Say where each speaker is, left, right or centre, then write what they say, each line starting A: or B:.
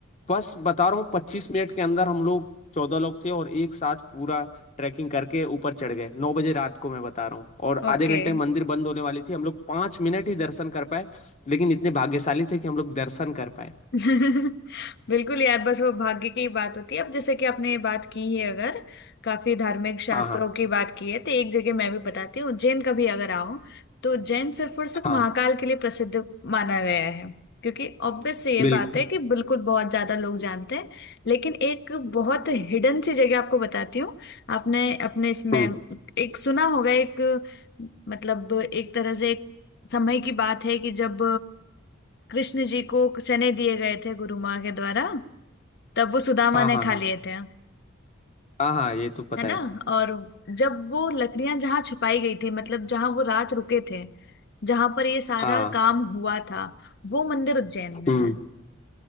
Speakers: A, on the left; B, on the left.
A: बस बता रहा हूँ पच्चीस मिनट के अंदर हम लोग चौदह लोग थे और एक साथ पूरा ट्रैकिंग करके ऊपर चढ़ गए नौ बजे रात को मैं बता रहा हूँ और आधे
B: ओके
A: घंटे में मंदिर बंद होने वाली थी हम लोग पांच मिनट ही दर्शन कर पाए लेकिन इतने भाग्यशाली थे कि हम लोग दर्शन कर पाए
B: <laughs> बिल्कुल यार बस वो भाग्य की बात होती है अब जैसे कि आपने बात की है अगर काफी धार्मिक शास्त्रों
A: हाँ हाँ
B: की बात की है तो एक जगह मैं भी बताती हूँ उज्जैन का भी अगर आओ तो उज्जैन सिर्फ और सिर्फ
A: हाँ
B: महाकाल के लिए प्रसिद्ध माना गया है क्योंकि ऑब्वियस से ये
A: बिल्कुल
B: बात है कि बिल्कुल बहुत ज्यादा लोग जानते हैं लेकिन एक बहुत हिडन सी जगह आपको बताती हूँ आपने अपने इसमें
A: हम्म
B: एक सुना होगा एक मतलब एक तरह से एक समय की बात है कि जब कृष्ण जी को चने दिए गए थे गुरु माँ के द्वारा तब वो सुदामा
A: हाँ
B: ने
A: हाँ
B: खा
A: हाँ
B: लिए थे
A: हाँ हाँ ये तो पता
B: है ना
A: है
B: और जब वो लकड़ियां जहां छुपाई गई थी मतलब जहां वो रात रुके थे जहां पर ये सारा
A: हाँ
B: काम हुआ था वो मंदिर उज्जैन में
A: हम्म
B: है